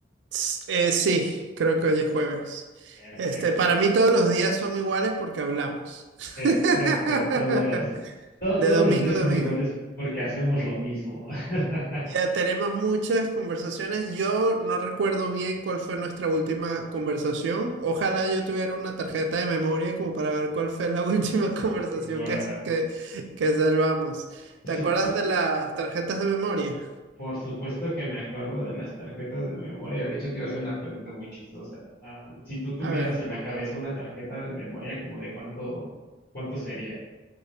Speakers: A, on the right (about 75°); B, on the left (about 50°).
A: s- eh, sí, creo que hoy es jueves.
B: Perfecto.
A: Este, para mí todos los días son iguales porque hablamos.
B: Exacto,
A: <laughs>
B: todos los todo-
A: De
B: todos
A: domingo
B: los días
A: a
B: son
A: domingo.
B: iguales porque hacemos lo mismo. <laughs>
A: Ya tenemos muchas conversaciones. Yo no recuerdo bien cuál fue nuestra última conversación. Ojalá yo tuviera una tarjeta de memoria como para ver cuál fue la <laughs> última conversación
B: Guau.
A: que, que, que salvamos. ¿Te
B: Sí,
A: acuerdas
B: sí,
A: de las tarjetas de memoria?
B: por supuesto que me acuerdo de las tarjetas de memoria. De hecho, te iba a hacer una pregunta muy chistosa. Ah, si tú tuvieras
A: A ver.
B: en la cabeza una tarjeta de memoria, ¿como de cuánto cuánto sería?